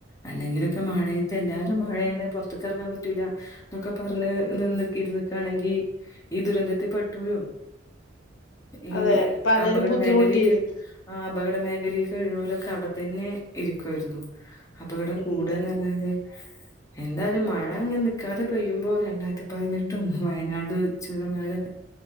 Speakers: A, on the left; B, on the left.
A: അല്ലെങ്കിലൊക്കെ മഴയത്ത് എല്ലാരും മഴയാണ്റ ത്ത് ക്കറങ്ങാൻ പറ്റൂല എന്നൊക്കെ പറഞ്ഞ് നിന്ന് ഇരുന്നക്കയാണെങ്കിൽ ഈ ദുരന്തത്തിൽ പെട്ടഴും ഈ
B: അതെ പലരും
A: അപകട
B: ബുദ്ധിമുട്ടിയിരുന്നു
A: മേഖലക്ക് ആ അപകട മേഖലക്കെ കഴുന്നോലൊക്കെ അവിടെത്തന്നെ ഇരിക്കുവായിരുന്നു അപ്പൊ ഇവിടെ
B: പിന്നെന്താ
A: കൂടന്നല്ലാതെ എന്തായാലും മഴ അങ്ങങ് നൽക്കാതെ പെയ്യുമ്പോ രണ്ടായിരത്തി പതിനെട്ട് വയനാട് ചുരമല